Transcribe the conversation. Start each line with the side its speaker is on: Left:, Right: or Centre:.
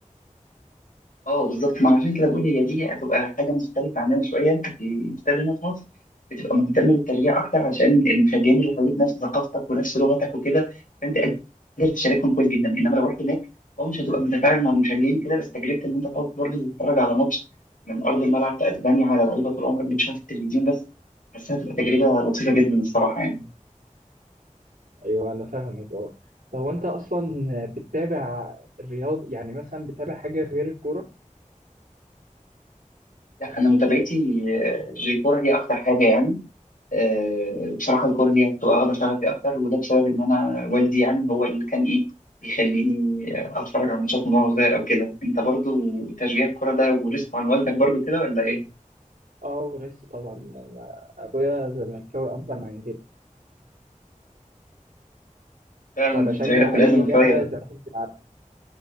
Left: اه بالظبط ما عشان كده بقول هي دي هتبقى حاجه مختلفه عننا شويه انت في الاستاد هنا في مصر بتبقى مهتم بالتشجيع اكتر عشان المشجعين اللي حواليك نفس ثقافتك ونفس لغتك وكده فانت قادر تشاركهم كويس جدا انما لو رحت هناك اه مش هتبقى متفاعل مع المشجعين كده بس تجربه ان انت تقعد برضه تتفرج على ماتش من ارض الملعب في اسبانيا على لعيبه طول عمرك بتشوفها في التلفزيون بس حاسسها هتبقى تجربه لطيفه جدا الصراحه يعني
Right: ايوه انا فاهمك اه طب وانت اصلا بتتابع الرياض يعني مثلا بتتابع حاجه غير الكوره
Left: لا انا متابعتي آه، للكوره هي اكتر حاجه يعني آه، بصراحة الكورة هي بتبقى واخدة شغفي أكتر وده بسبب إن أنا والدي يعني هو اللي كان إيه بيخليني أتفرج على ماتشات من وأنا صغير أو كده، أنت برضو تشجيع الكورة ده ورثته عن والدك برضو كده ولا إيه؟
Right: اه لسه طبعا أنا ابويا زملكاوي ابا عن جد
Left: فعلا
Right: فبشجع
Left: أنت لك كلها
Right: اي
Left: زملكاوية
Right: لعبه
Left: بقى
Right: زمالك بيلعبها